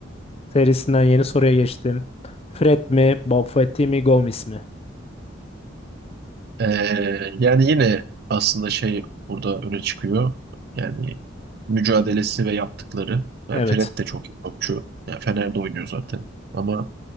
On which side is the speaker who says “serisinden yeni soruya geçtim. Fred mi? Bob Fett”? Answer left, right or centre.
Left